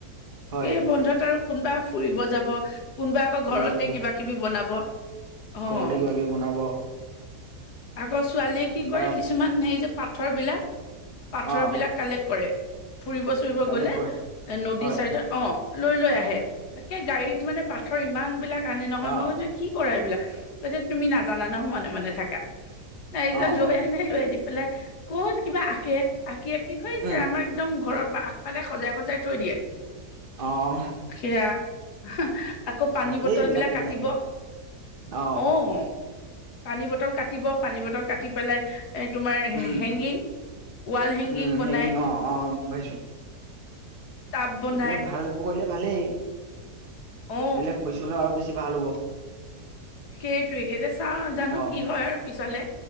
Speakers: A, on the right (about 40°); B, on the left (about 75°).
A: হয়
B: এই বন্ধত আৰু কোনোবা ফুৰিব যাব, কোনোবা আকৌ
A: ফুৰিব
B: ঘৰতে
A: যাব
B: কিবা কিবি বনাব। অঁ,
A: ঘৰতে কিবা কিবি বনাব
B: আকৌ ছোৱালীয়ে কি কৰে
A: বা
B: কিছুমান সেই যে পাথৰ বিলাক, পাথৰ
A: অ',
B: বিলাক কালেক্ট কৰে। ফুৰিব চুৰিব
A: কালেক্ট
B: গ'লে
A: কৰে
B: এ নদী
A: হয়
B: চাইডত। অঁ লৈ লৈ আহে। একে গাড়ীত মানে পাথৰ ইমান বিলাক আনে নহয়
A: অ',
B: মই কি কৰা এই বিলাক, কৈছে তুমি নাজানা নহয় মনে মনে থাকা। তাৰপিছত
A: অ',
B: লৈ আহি লৈ আনি পেলাই ক'ত কিবা আঁকে। আঁকি আঁকি সেই
A: উম,
B: যে আমাৰ একদম ঘৰৰ ফালে সজাই সজাই থৈ দিয়ে।
A: অঁ
B: সেয়া, হুহ আকৌ পানী
A: ভালেই
B: বটল
A: এইবিলাক
B: বিলাক
A: তেনে
B: কাটিব,
A: অ',
B: অঁ। পানী বটল কাটিব, পানী বটল কাটি পেলাই এ তোমাৰ
A: um,
B: hanging, wall hanging
A: um,
B: বনাই।
A: অ', অ', গম পাইছো
B: টাব বনাই
A: এইবিলাক ভালবোৰ কৰিলে ভালেই,
B: অ
A: এইবিলাক পিছলৈ আৰু বেছি ভাল হ'ব।
B: সেইটোৱেই, ইয়াতে চাও আৰু জানো
A: অ',
B: কি হয় আৰু পিছলে,